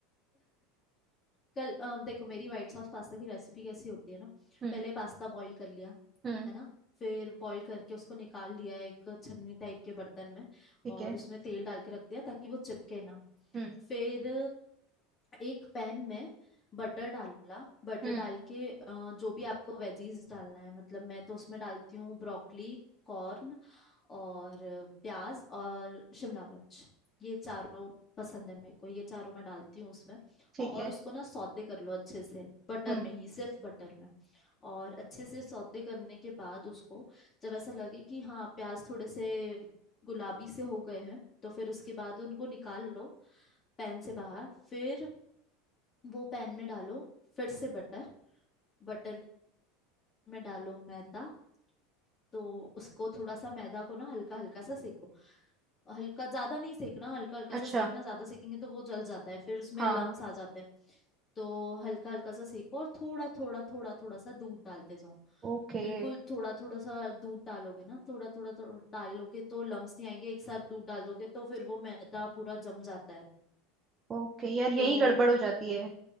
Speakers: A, on the left; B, on the right.
A: कल अ, देखो मेरी व्हाइट सॉस पास्ता की रेसिपी कैसी होती है ना
B: हम्म
A: पहले पास्ता बॉईल कर लिया
B: हम्म
A: है ना फिर बॉईल करके उसको निकाल लिया एक छन्नी टाइप के बर्तन में
B: ठीक
A: और
B: है
A: उसमें तेल डाल के रख दिया ताकि वो चिपके ना
B: हम्म
A: फिर एक पैन में बटर डाला बटर
B: हम्म
A: डाल के अ, जो भी आपको वेजीज डालना है मतलब मैं तो उसमें डालती हूँ ब्रोकली कॉर्न और प्याज और शिमला मिर्च ये चारों पसंद है मेरे को ये चारों मैं डालती हूँ उसमें
B: ठीक
A: और
B: है
A: उसको ना सौते कर लो अच्छे से बटर
B: हम्म
A: में ही सिर्फ बटर में और अच्छे से सौते करने के बाद उसको जब ऐसा लगे कि हाँ प्याज थोड़े से गुलाबी से हो गए हैं तो फिर उसके बाद उनको निकाल लो पैन से बाहर फिर वो पैन में डालो फिर से बटर बटर में डालो मैदा तो उसको थोड़ा सा मैदा को ना हल्का हल्का सा सेको हल्का ज्यादा नहीं सेकना हल्का हल्का सा
B: अच्छा
A: सेकना ज्यादा सेकेंगे तो वो जल जाता है फिर उसमें
B: हाँ
A: लम्स आ जाते हैं तो हल्का हल्का सा सेको और थोड़ा थोड़ा थोड़ा थोड़ा सा दूध डालते जाओ
B: ओके
A: बिल्कुल थोड़ा थोड़ा सा दूध डालोगे ना थोड़ा थोड़ा थोड़ा डालोगे तो लम्स नहीं आएंगे एक साथ दूध डाल दोगे तो फिर वो मैदा पूरा जम जाता है
B: ओके यार यही
A: तो
B: गड़बड़ हो जाती है